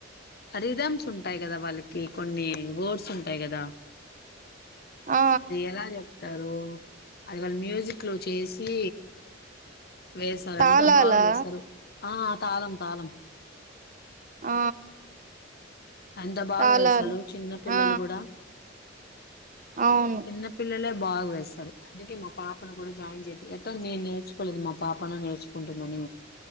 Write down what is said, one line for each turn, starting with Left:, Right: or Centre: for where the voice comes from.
Left: రిథమ్స్ ఉంటాయి కదా వాళ్ళకి కొన్ని వర్డ్స్ ఉంటాయి కదా
Right: ఆ
Left: అది ఎలా చే తారు అది వాళ్ళ మ్యూజిక్ లో చేసి వేశారు
Right: తాళాలా
Left: ఎంత బాగా వేశారు ఆ తాళం తాలం
Right: ఆ
Left: ఎంత బాగా
Right: తాళాలు
Left: వేశారు చిన్న పిల్లలు
Right: ఆ
Left: కూడా
Right: ఆ అవును
Left: చిన్న పిల్లలే బాగు వేస్తారు అందుకే మా పాపను కూడా జాయిన్ చెపి ఎటో నేను నేర్చుకోలేదు మా పాపను నేర్చుకుంటుందని